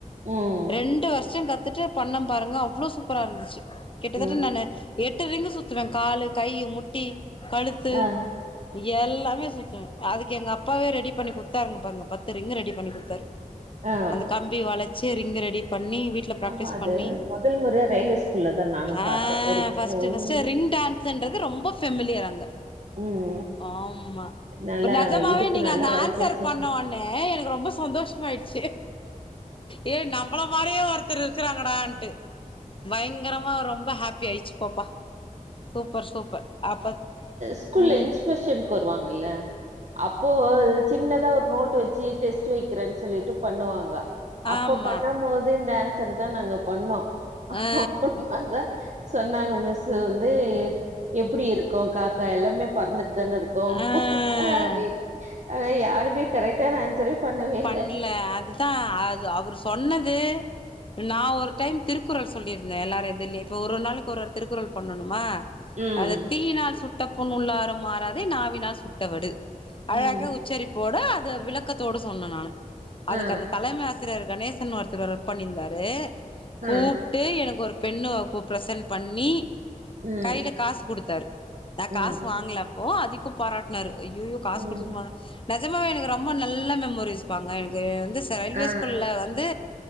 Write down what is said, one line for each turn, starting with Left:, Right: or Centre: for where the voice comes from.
Right: ம்
Left: ரெண்டு வருஷம் கத் த்துட்டு பண்ணம் பாருங்க அவ்ளோ சூப்பரா இருந்துச்சு கிட்டத்தட்ட
Right: ம்
Left: நானு எட்டு ரிங்க் சுத்த த்துவே கால் கை முட்டி கழுத்து
Right: ஆ
Left: எல்லாமே சுத்துவே அதுக்கு எங்க அப்பாவே ரெடி பண்ணி குடுத் த்தாரு பாருங்க பத்து ரீங்கு ரெடி பண்ணி குடுத்தாரு
Right: ஆ
Left: அந்த கம்பி வளச் சி ரிங்க ரெடி பண்ணி வீட்ல ப்ராக்டிஸ்
Right: ஆமா அது
Left: பண்ணி
Right: மொதல் முறையா ரயில்வே ஸ்கூல்ல தா நானு
Left: ஆ
Right: பாத்தே ஒரு
Left: ஃபஸ்ட்டு
Right: பொண்
Left: ஃபஸ்ட்டு ரிங் டான்ஸுன்றது ரொம்ப ஃபேமிலியர் அங்க
Right: ம்
Left: ஆமா
Right: நல்லா
Left: இப்ப நஜமாவே
Right: இடுப்பு
Left: நீங்க
Right: நல்லா
Left: அந்த
Right: வளச்சிருச்சு
Left: ஆன்சர் பண்ணோனே எனக்கு ரொம்ப சந்தோஷமாய்ட்டு செ ஏ நம்மள மாரியே ஒருத்தர் இருக்கிறாங்கடா அ பயங்கரமா ரொம்ப ஹாப்பி ஆயிடுச்சு போப்பா சூப்பர் சூப்பர் அப்ப
Right: ஸ்கூல்ல
Left: உம்
Right: இன்ஸ்பெக்ஷனுக்கு வருவாங்கல்ல அப்போ ஆ சின்னதா ஒரு நோட்டு வச்சு டெஸ்ட் வைக்கிறேன்னு சொல்லிட்டு பண்ணுவாங்க அப்ப
Left: ஆமா
Right: பண்ண போது இந்த ஆன் சர் தா நாங்க பண்ணோ
Left: ஆ
Right: அப்புறமா தா சொன்னாங்க மிஸ் வந்து எப்டி இருக்கு கா க எல்லாமே பறந்துடு தான இருக்கு
Left: ஆ
Right: அதே அஹ் யாருமே கரெக்டான ஆன்சரே பண்ணவே
Left: பண்ல
Right: இல்ல
Left: அதுதா அது அவரு சொன்னது நா ஒர் டைம் திருக்குறள் சொல்லியிருந்தே எல்லாரு எது இல்லய இப்போ ஒரு ஒரு நாளைக்கு ஒரு ஒரு திருக்குறள் பண்ணணுமா
Right: ம்
Left: அத தீயினால் சுட் ட புண் உள்ளாரும் ஆறாதே நாவினால் சுட்டவடு அழாகா
Right: ம்
Left: உச்சரிப்போட த விளக்கத்தோடு சொன்னே நானு அதுக்கு
Right: ஆ
Left: அந்த தலைமை ஆச் சிறியர் கணேசன் ஒருத்தவர் ஒர்க் பண்ணியிருந்தாரு கூப்ட்டு
Right: ஆ
Left: எனக்கொரு பெண்ணு ஒக்கு ப்ரெசென் பண்ணி
Right: ம்
Left: கையில காஸு குடுத்தாரு நா
Right: ம்
Left: காஸ் வாங்குல அப்போ அது க்கு பாராட்னாரு ஐயய்யோ காஸ்
Right: ம்
Left: குடுத்துக்குமா நா நெசமாவெ எனக்கு ரொம்ப நல்ல மெம் மொரிஸ்ப்பா அங்க எனக்கு துஸ் ரயில்வே
Right: ஆ
Left: ஸ்கூல்ல வந்து